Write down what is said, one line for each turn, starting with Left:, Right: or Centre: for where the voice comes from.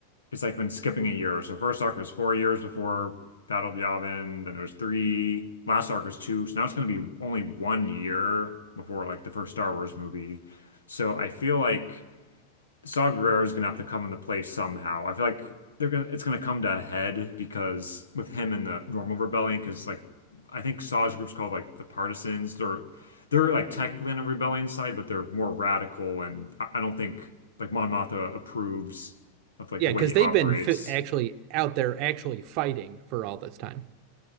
Left: it's like been skipping a year. So first arc was four years before Battle of Yavin. Then it was three. Last arc was two. So now it's going to be only one year before like the first Star Wars movie. So I feel like. Saw Guerrero is gonna have to come into play somehow. I feel like they're gonna it's gonna come to a head because with him and the normal rebellion, because like I think Saw's group's called like the Partisans. They're they're like technically on a rebellion side, but they're more radical, and I, I don't think like Mon Mothma approves of like
Right: Yeah,
Left: the way
Right: because
Left: he
Right: they've
Left: operates.
Right: been fi actually out there actually fighting for all this time.